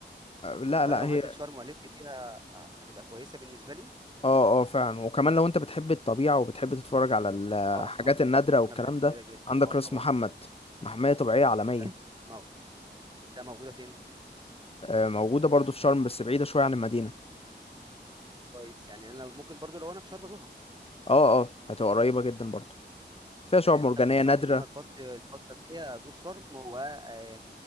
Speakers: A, on the left; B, on the right.
A: لا
B: فانا
A: لا
B: لو هنزل
A: هي
B: شرم والف فيها آه، هتبقى كويسه بالنسبه لي
A: اه اه فعلا وكمان لو انت بتحب الطبيعة وبتحب تتفرج على الحاجات
B: آه طبعًا، آه طبعًا،
A: النادرة والكلام
B: أنا باحب
A: ده
B: كده جدًا،
A: عندك
B: آه
A: راس
B: طبعًا،
A: محمد محمية طبيعية عالمية
B: ده ف مو ده موجودة فين؟
A: آه، موجودة برضو في شرم بس بعيدة شوية عن المدينة
B: كويس، يعني أنا ممكن برضه لو أنا في شرم أزورها،
A: اه اه هتبقى قريبة جدا برضو فيها
B: تمام،
A: شعاب
B: يعني
A: مرجانية
B: أنت بتنصحني
A: نادرة
B: إن أنا الفتر الفترة الجاية أزور شرم وآآ،